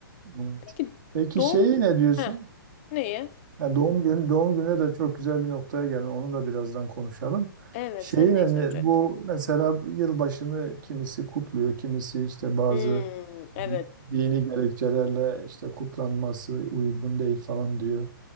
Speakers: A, on the right (about 55°); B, on the left (about 35°).
A: Evet.
B: Peki
A: Peki
B: doğum
A: şeyi
B: günü...
A: ne diyorsun?
B: Heh. Neyi?
A: Yani doğum gün doğum gününe de çok güzel bir noktaya gelin. Onu da birazdan konuşalım.
B: Evet,
A: Şeyin
B: sen neyi
A: hani
B: soracaktın?
A: bu mesela yılbaşını kimisi kutluyor, kimisi işte bazı
B: Hmm, evet.
A: dini gerekçelerle işte kutlanması uygun değil falan diyor.